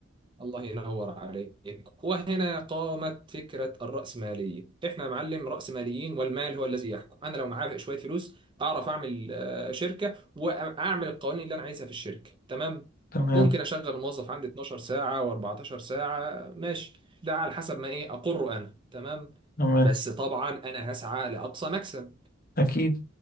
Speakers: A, on the right; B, on the left.
A: الله ينور عليك وهنا قامت فكرة الرأسمالية احنا يا معلم رأسماليين والمال هو الذي يحكم انا لو معايا شوية فلوس اعرف اعمل آه، شركة واعمل القوانين اللي انا عايزها في الشركة تمام
B: تمام
A: ممكن اشغل الموظف عندي 12 ساعة و14 ساعة ماشي ده على حسب ما ايه اقره انا تمام
B: تمام
A: بس طبعا انا هسعى لاقصى مكسب
B: اكيد